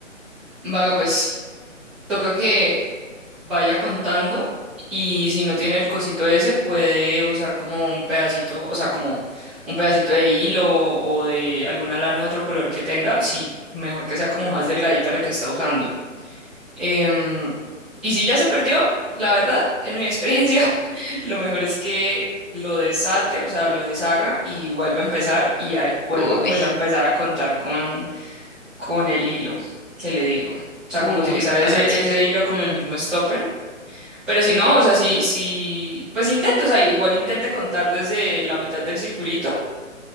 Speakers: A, in the centre; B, on the left (about 35°).
A: Vaga, pues toca que vaya contando y si no tiene el cosito ese, puede usar como un pedacito, o sea, como un pedacito de hilo o de alguna lana de otro color que tenga, si mejor que sea como más delgadita la que está usando. Em, y si ya se perdió, la verdad, en mi experiencia, <laughs> lo mejor es que lo desate, o sea, lo deshaga y vuelva a empezar y ahí vuelva
B: Uy,
A: pues a empezar a contar con con el hilo que le digo. O
B: <laughs>
A: sea,
B: uy,
A: como utilizar ese,
B: parce.
A: ese hilo como
B: Mm,
A: el mismo stopper. Pero si no, o sea, si, si, pues intento, o sea, igual intente contar desde la mitad del circulito